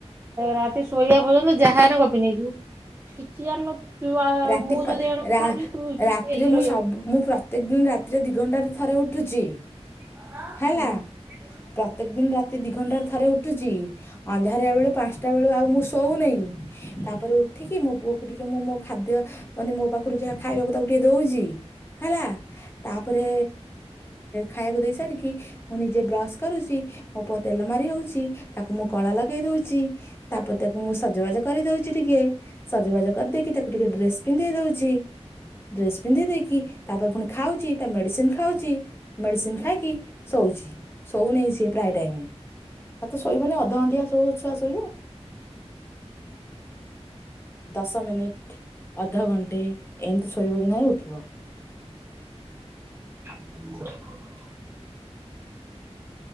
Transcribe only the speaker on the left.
ରାତି
ପା
ରା
ରାତିରେ
ମୁଁ ସବୁ ମୁଁ କେ ଦିନ୍ ରାତିରେ ଦି ଘଣ୍ଟାରେ ଥରେ ଉଠୁଛି।
ହେଲା ପ୍ରତ୍ୟେକ ଦିନ୍ ରାତି ଦି ଘଣ୍ଟାରେ ଥରେ ଉଠୁଛି, ଅନ୍ଧାରିଆ ବେଳେ ପାଷ୍ଟା ବେଳୁ ଆଉ ମୁଁ ଶୋଉନେଇଁ ତାପରେ ଉଠିକି ମୋ ପୁଅକୁ ଟିକେ ମୁଁ ମୋ ଖାଦ୍ୟ ମାନେ ମୋ ପାଖରୁ ଯାହା ଖାଇବାକୁ ତାକୁ ଟିକେ ଦୋଉଛି ହେଲା ତାପରେ ଖାଇଆକୁ ଦେଇ ସାରିକି ମୁଁ ନିଜେ ବ୍ରସ୍ କରୁଛି। ମୋ ପୁଅ ତେଲ ମାରି ହଉଛି ତାକୁ ମୁଁ କଳା ଲଗେଇ ଦଉଛି। ତାପରେ ତାକୁ ମୁଁ ସଜବାଜ କରିଦଉଛି ଟିକେ। ସଜବାଜ କରିଦେଇକି ତାକୁ ଟିକେ ଡ୍ରେସ ପିନ୍ଧେଇ ଦଉଛି ଡ୍ରେସ୍ ପିନ୍ଧେଇ ଦେଇକି ତାପରେ ପୁଣି ଖାଉଛି ତା ମେଡ଼ିସିନ ଖାଉଛି ମେଡ଼ିସିନ ଖାଇକି ଶୋଉଚି। ଶଉନାହିଁ ସିଏ ପ୍ରାୟ ଟାଇମ ତ ଶୋଇବନି ଅଧ ଘଣ୍ଟିଆ ସୁଆ ଶୋଇବ। ଦଶ ମିନିଟ୍ ଅଧଘଣ୍ଟେ ଏମିତି ଶୋଇବ କି ନାହିଁ ଉଠିବ।